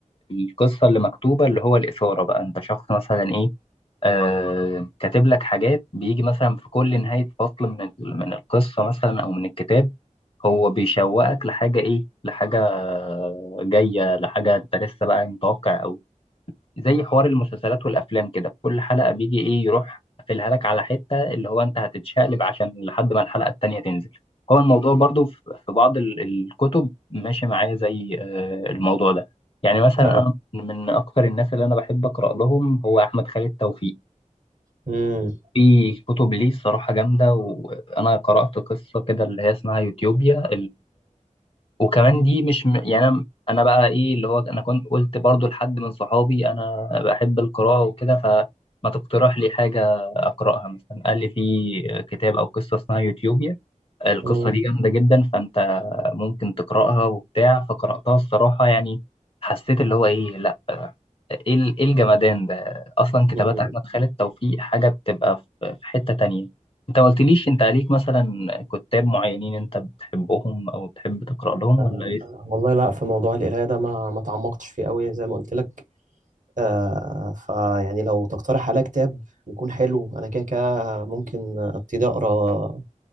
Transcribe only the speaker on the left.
القصة اللي مكتوبة اللي هو الإثارة بقى أنت شخص مثلا إيه آه كاتب لك حاجات بيجي مثلا في كل نهاية فصل من ال- من القصة مثلا أو من الكتاب هو بيشوقك لحاجة إيه لحاجة جاية لحاجة أنت لسه بقى متوقع أوي زي حوار المسلسلات والأفلام كده في كل حلقة بيجي إيه يروح قافلها لك على حتة اللي هو أنت هتتشقلب عشان لحد ما الحلقة التانية تنزل هو الموضوع برضو في في بعض ال- الكتب ماشي معايا زي آه، الموضوع ده يعني مثلا
أنا من أكتر الناس اللي أنا بحب أقرأ لهم هو أحمد خالد توفيق
في كتب ليه الصراحة جامدة وأنا قرأت قصة كده اللي هي اسمها يوتيوبيا وكمان دي مش م... يعني انا انا بقى ايه اللي هو انا كنت قلت برضو لحد من صحابي انا بحب القراءة وكده فما تقترح لي حاجة اقراها مثلا قال لي في كتاب او قصة اسمها يوتيوبيا القصة
دي جامدة جدا فانت ممكن تقراها وبتاع فقراتها الصراحة يعني حسيت اللي هو ايه لا ايه ال- إيه الجمدان ده اصلا كتابات
احمد خالد توفيق حاجة بتبقى في في حتة تانية انت ما قلتليش انت عليك مثلا كتاب معينين انت بتحبهم او بتحب تقرا لهم
ولا ايه